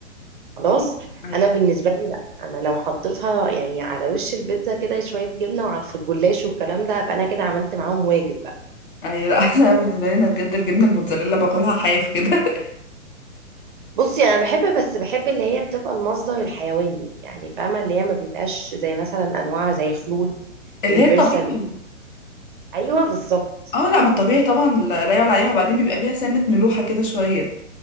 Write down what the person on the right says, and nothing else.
خلاص؟
أنا بالنسبة لي لأ، أنا لو حطيتها يعني على وش البيتزا كده شوية جبنة وعلى في الجلاش والكلام ده، أبقى أنا كده عملت معاهم واجب بقى.
بُصّي، أنا باحب بس باحب اللي هي بتبقى المصدر الحيواني، يعني فاهمة؟ اللي هي ما بيبقاش زي مثلًا أنواع زي خلود،
يونيفرسال
أيوه بالضبط.